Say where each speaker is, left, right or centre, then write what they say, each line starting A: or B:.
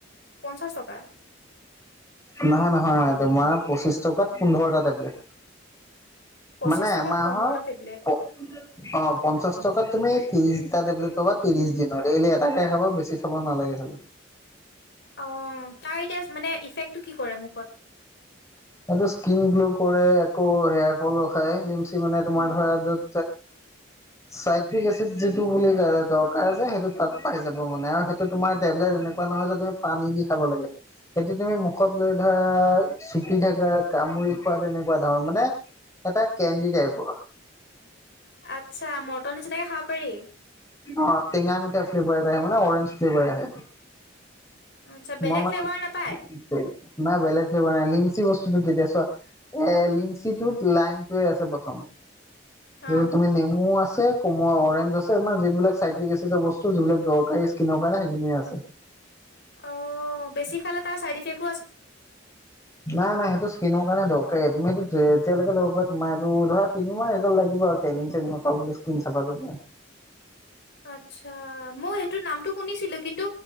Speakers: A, on the left; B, on the left.
A: পঞ্চাছ টকা?
B: নহয় নহয় তোমাৰ পঁচিশ টকাত পোন্ধৰটা টেবলেট।
A: পঁচিশ
B: মানে
A: টকাত
B: এমাহৰ
A: পোন্ধৰটা টেবলেট
B: অ পঞ্চাশ টকাত তুমি ত্ৰিশ ট টেবলেট পাব ত্ৰিশ দিন দেইলি এটাকে খাব বেছি খাব নালাগে খালি।
A: অ তাৰ এতিয়া মানে ইফেক্টটো কি কৰে মুখত?
B: এইটো স্কিন গ্ল' কৰে আকৌ হেয়াৰ ফল ৰখাই লিমচি মানে তোমাৰ
A: উম,
B: ধৰা যত চাইট্ৰিক এচিড যিটো বুলি ক দৰকাৰ যে সেইটো তাত পাই যাব মানে আৰু সেইটো তোমাৰ টেবলেট এনেকে নহয় যে তুমি পানী দি খাব লাগে সেইটো তুমি মুখত লৈ ধৰা কি থকা কামুৰি খোৱা তেনেকুৱা ধৰণৰ মানে এটা কেণ্ডি টাইপৰ।
A: আচ্ছা মটন নিচিনাকে খাব পাৰি?
B: অ টেঙা মিঠা ফ্লেভাৰএটা আহে মানে অৰেঞ্জ ফ্লেভাৰ আহে।
A: আচ্ছা বেলেগ
B: মই মানে
A: ফ্লেভাৰ নাপায়
B: নাই বেলেগ ান লিমচি বস্তুটো কেতিয়া এ লিমচিটোত লাইমটো আছে প্ৰথম।
A: অ',
B: যেয়া তুমি নেমু আছে কোমোৱা অৰেঞ্জ আছে। আমাৰ যিবিলাক চাইটিক এচিডৰ বস্তু যিবিলাক দৰকাৰী স্কিনৰ কাৰণে সেইখিনিয়ে আছে।
A: অ বেছি খালে তাৰ চাইড ইফেক্ট
B: নাই নাই সেইটো স্ কিন দৰকাৰ তুমিটো যেতিয়কে লব পাৰা তোমাৰ এইটো ধৰা তিনিমাহ ৰিজাল্ লাগিব আৰু ট্ৰেইং চ তিন চাফা কৰিব।
A: আতছা মই সেইটো নামটো শুনিছিলো। কিন্তু